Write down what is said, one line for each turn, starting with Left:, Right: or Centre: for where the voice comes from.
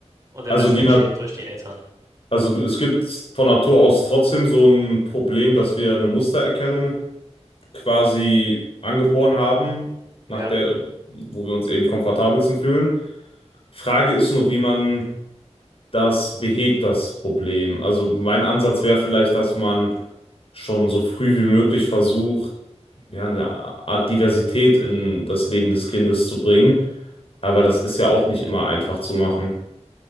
Right: und der
Left: Also
Right: Rest
Left: die
Right: entsteht
Left: Na
Right: durch die Eltern.
Left: also du, es gibt von Natur aus trotzdem so ein Problem, dass wir eine Mustererkennung quasi angeboren haben,
Right: Ja.
Left: nach der, wo wir uns eben komfortabelsten fühlen. Frage ist nur, wie man das behebt, das Problem. Also mein Ansatz wäre vielleicht, dass man schon so früh wie möglich versucht, ja, eine Art Diversität in das Leben des Kindes zu bringen. Aber das ist ja auch nicht immer einfach zu machen.